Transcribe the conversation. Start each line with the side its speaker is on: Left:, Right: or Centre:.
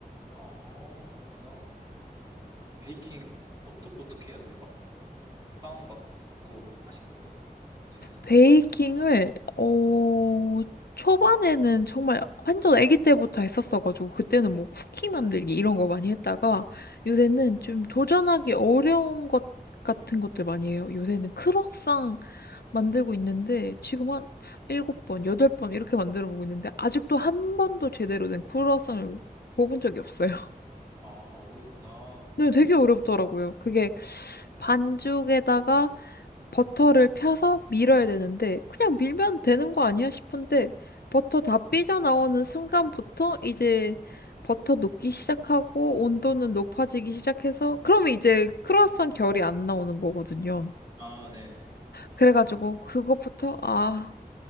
Right: 아, 그렇구나. 그럼 베이킹 어떠, 어떻게 하세요? 막 빵 막 굽고 하시는 거예요? 집에서?
Left: 베이킹을 어 초반에는 정말 완전 아기 때부터 했었어가지고 그때는 뭐 쿠키 만들기 이런 거 많이 했다가 요새는 좀 도전하기 어려운 것 같은 것들 많이 해요. 요새는 크로상 만들고 있는데 지금 한 일곱 번, 여덟 번 이렇게 만들어 보고 있는데 아직도 한 번도 제대로 된 크로상을 구워본 적이 없어요.
Right: 아, 어렵구나.
Left: 네,
Right: 그게.
Left: 되게 어렵더라고요. 그게
Right: 음.
Left: 반죽에다가 버터를 펴서 밀어야 되는데 그냥 밀면 되는 거 아니야 싶은데 버터 다 삐져나오는 순간부터 이제 버터 녹기 시작하고 온도는 높아지기 시작해서 그러면 이제 크루아상 결이 안 나오는 거거든요.
Right: 아, 네.
Left: 그래가지고 그것부터 아